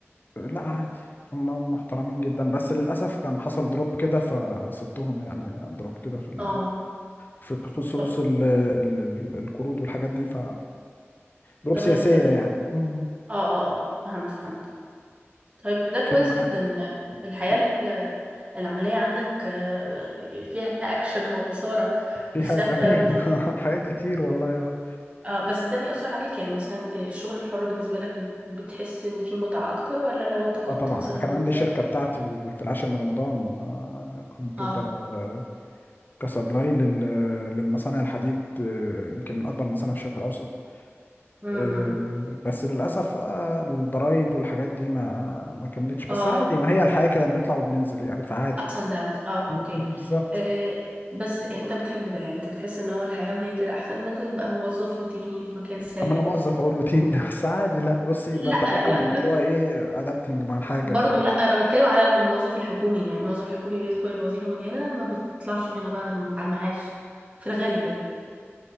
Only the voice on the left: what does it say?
لا عادي هم محترمين جدا بس للاسف كان حصل دروب كده فسبتهم يعني دروب كده في ال...
في خصوص
ال... ال... ال... القروض والحاجات دي ف ضروب
سياسية
يعني مم.
كان معاه
آه،
فيها
غنية
<laughs> حاجات كتير والله اه
اه طبعا
انا كان
عندي شركة بتاعتي في العاشر من رمضان آه، كنت
ب- كسبلاي لل- للمصانع الحديد آه، يمكن من اكبر مصانع في الشرق الاوسط
آه، بس للاسف بقى الضرايب والحاجات دي ما ما كملتش بس
عادي ما هي الحياة كده بنطلع وبننزل يعني فعادي
مم،
مم، بالظبط
اما انا موظف اقول روتين ده بس عادي لا بصي
بتأقلم
اللي هو ايه ادابتنج مع الحاجة
ف